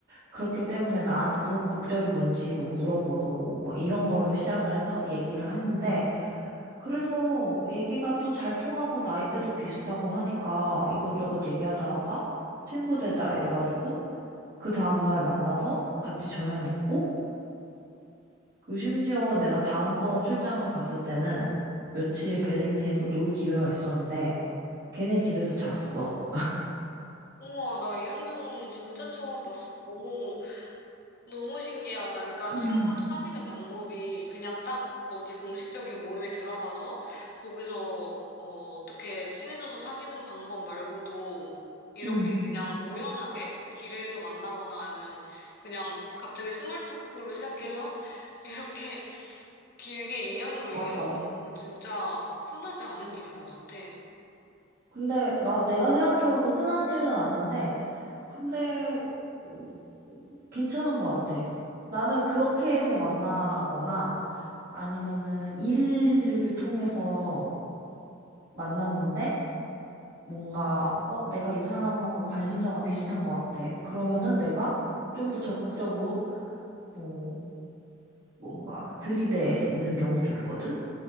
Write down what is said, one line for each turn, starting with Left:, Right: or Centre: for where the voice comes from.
Right: 그렇기 때문에 나한테도 국적이 뭔지 뭐 물어보고 뭐 이런 걸로 시작을 해서 얘기를 했는데 그래서 얘기가 또 잘 통하고 나이대도 비슷하고 하니까 이것저것 얘기하다가 친구 되자 이래가지고 그 다음날 만나서 같이 저녁 먹고, 그 심지어 내가 다음번 출장을 갔을 때는 며칠 베를린에서 놀 기회가 있었는데, 걔네 집에서 잤어.
Left: 우와, 나 이런 경우는 진짜 처음 봤어. 너무, 너무 신기하다. 그러니까
Right: 음,
Left: 친구를 사귀는 방법이 그냥 딱 어디 공식적인 모임에 들어가서 거기서 어, 어떻게 친해져서 사귀는 방법 말고도 이렇게
Right: 응.
Left: 그냥 우연하게 길에서 만나거나 아니면 그냥 갑자기 스몰 토크로 시작해서 이렇게 길게 인연으로
Right: 맞아.
Left: 이어지는 거는 진짜 흔하지 않은 일인 것 같아.
Right: 근데 나 내가 생각해봐도 흔한 일은 아닌데, 근데 음, 괜찮은 것 같아. 나는 그렇게 해서 만나거나 아니면은 일을 통해서 만났는데 뭔가, 어, 내가 이 사람하고 관심사가 비슷한 것 같아. 그러면은 내가 좀 더 적극적으로, 뭐, 뭔가 들이대는 경우도 있거든?